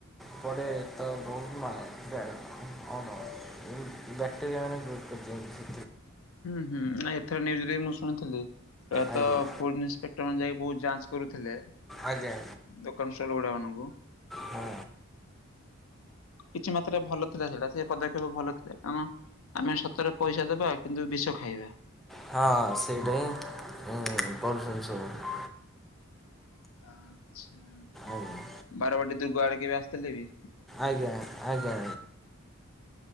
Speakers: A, in the centre; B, on the left.
A: କୁଆଡେ ତା ବୋହୁ ବ୍ୟାଗ୍ ଆଣ। ଓହୋ ବ୍ୟାକ୍ଟେରିଆ ମାନେ <unintelligible>
B: ହୁଁ, ହୁଁ, ନାଇ ଏଥର ନିଉଜୁ ରେ ମୁଁ ଶୁଣିଥିଲି ପ୍ରାୟତଃ
A: ଆଜ୍ଞା
B: କୋଡ଼ିଂସ୍ପେକ୍ଟ ତମେ ଯାଇ ବହୁତ ଯାଞ୍ଚ କରୁଥିଲେ।
A: ଆଜ୍ଞା।
B: ଦୋକାନ ସୋର ଭଡ଼ା ମାନଙ୍କୁ
A: ହଁ
B: କିଛି ମାତ୍ରାରେ ଭଲ ଥିଲା ସେଇଟା ସେ ପଦକ୍ଷେପ ଭଲ ଥିଲା କାରଣ ଆମେ ସତରେ ପଇସା ଦେବା କିନ୍ତୁ ଏ ବିଷ ଖାଇବା।
A: ହଁ ସେଇଟା ହିଁ କରୁଚନ୍ତି ସବୁ।
B: ଆଚ୍ଛା
A: ଆଜ୍ଞା
B: ବାରବାଟୀ ଦୁର୍ଗ ଆଡେ କେବେ ଆସିଥିଲେ ବି।
A: ଆଜ୍ଞା ଆଜ୍ଞା।